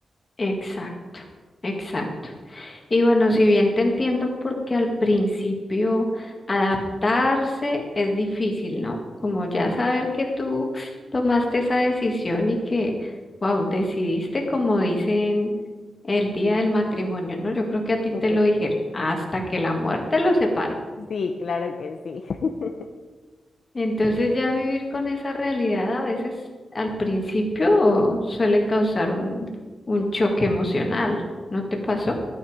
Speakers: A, on the left; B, on the left.
A: Exacto, exacto. Y bueno, si bien te entiendo, porque al principio adaptarse es difícil, ¿no? Como ya saber que tú tomaste esa decisión y que, wow, decidiste como dicen el día del matrimonio, ¿no? Yo creo que a ti te
B: <laughs>
A: lo dijeron, hasta que la muerte los separe.
B: Sí, claro que sí. <laughs>
A: Entonces ya vivir con esa realidad a veces al principio suele causar un, un choque emocional, ¿no te pasó?